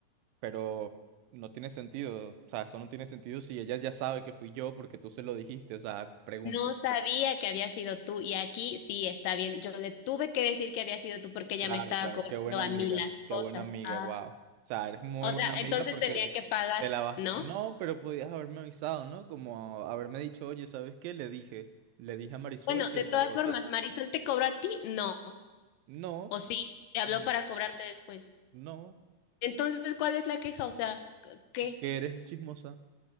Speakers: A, on the right (about 85°); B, on the left (about 80°).
A: pero no tiene sentido. O sea, eso no tiene sentido si ella ya sabe que fui yo porque tú se lo dijiste. O sea, pregunto.
B: No sabía que había sido tú y aquí sí está bien. Yo le tuve que decir que había sido tú porque ella
A: Claro,
B: me estaba
A: claro,
B: cobrando
A: qué buena
B: a
A: amiga,
B: mí las
A: qué
B: cosas.
A: buena amiga,
B: Ah.
A: wow. O sea, eres muy
B: O
A: buena
B: sea,
A: amiga
B: entonces
A: porque
B: tenía que pagar,
A: te lavaste.
B: ¿no?
A: No, pero podías haberme avisado, ¿no? Como haberme dicho, oye, ¿sabes qué? Le dije, le dije a Marisol
B: Bueno,
A: que
B: de
A: tal
B: todas
A: cosa.
B: formas, ¿Marisol te cobró a ti? No.
A: No,
B: ¿O sí? Te habló
A: mm,
B: para cobrarte después.
A: no,
B: Entonces, ¿cuál es la queja? O sea, c- ¿qué?
A: que eres chismosa.